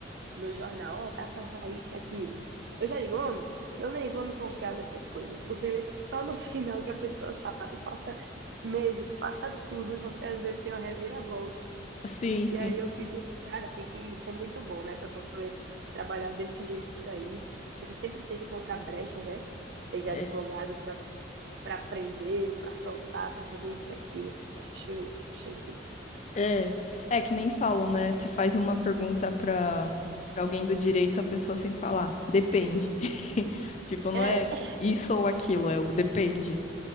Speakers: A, on the right; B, on the left.
A: no jornal, ó, tá pra sair isso e aquilo. Eu já digo, homem, eu nem vou me confiar nessas coisas, porque só no <laughs> final que a pessoa sabe, passa meses, passa tudo, e você às vezes tem uma reviravolta.
B: sim, sim.
A: E aí eu fico, cara, tem que ser muito bom, né, pra poder trabalhar desse jeito aí. Porque Você sempre tenta encontrar brechas, né? Seja
B: É,
A: advogado pra para prender ou para soltar, para fazer isso e aquilo. Acho, acho incrível.
B: é, é que nem falam, né? Você faz uma pergunta pra, pra alguém do direito, a pessoa sempre fala, "Ah, depende. <laughs> Tipo, não
A: É,
B: é
A: <laughs>
B: isso ou aquilo, é o depende.